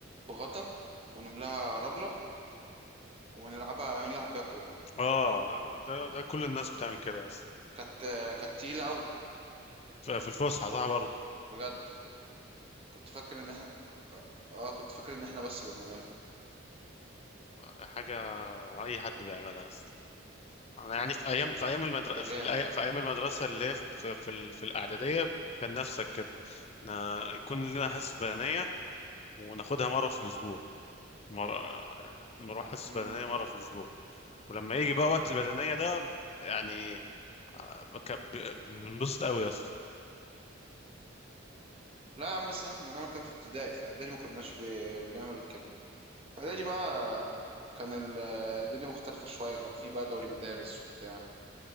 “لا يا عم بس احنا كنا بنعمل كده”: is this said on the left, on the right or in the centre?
Right